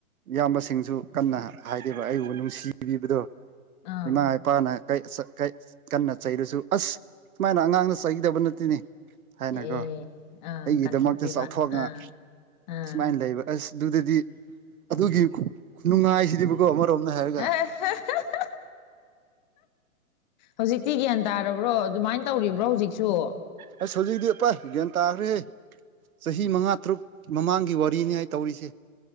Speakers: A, on the right; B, on the left.
A: ꯏꯌꯥꯝꯕꯁꯤꯡꯁꯨ ꯀꯟꯅ ꯍꯥꯏꯗꯦꯕ ꯑꯩꯕꯨ ꯅꯨꯡꯁꯤꯕꯤꯕꯗꯣ
B: ꯑꯥ
A: ꯏꯃꯥ ꯏꯄꯥꯅ ꯀꯩ ꯆ ꯀꯩ ꯆ ꯀꯟꯅ ꯆꯩꯔꯁꯨ ꯑꯁ ꯁꯨꯃꯥꯏꯅ ꯑꯉꯥꯡꯗ ꯆꯩꯒꯗꯕ ꯅꯠꯇꯦꯅꯦ ꯍꯥꯏꯅꯀꯣ
B: ꯑꯦ ꯑꯥ
A: ꯑꯩꯒꯤꯗꯃꯛꯇ
B: ꯀꯟꯊꯣꯛꯄꯤꯕ
A: ꯆꯥꯎꯊꯣꯛꯅ
B: ꯑꯥ ꯑꯥ
A: ꯁꯨꯃꯥꯏꯟ ꯂꯩꯕ ꯑꯁ ꯑꯗꯨꯗꯗꯤ ꯑꯗꯨꯒꯤ ꯈꯨ ꯈꯨꯅꯨꯡꯉꯥꯏꯁꯤꯗꯤꯕꯀꯣ ꯑꯃꯔꯣꯝꯗ ꯍꯥꯏꯔꯒ
B: <unintelligible> ꯍꯧꯖꯤꯛꯇꯤ ꯒ꯭ꯌꯥꯟ ꯇꯥꯔꯕ꯭ꯔꯣ ꯑꯗꯨꯃꯥꯏꯟ ꯇꯧꯔꯤꯕ꯭ꯔꯣ ꯍꯧꯖꯤꯛꯁꯨ
A: ꯑꯩꯁ ꯍꯧꯖꯤꯛꯇꯤ ꯄꯥꯏ ꯒ꯭ꯌꯥꯟ ꯇꯥꯒ꯭ꯔꯦꯍꯦ ꯆꯍꯤ ꯃꯉꯥ ꯇꯔꯨꯛ ꯃꯃꯥꯡꯒꯤ ꯋꯥꯔꯤꯅꯤ ꯑꯩ ꯇꯧꯔꯤꯁꯦ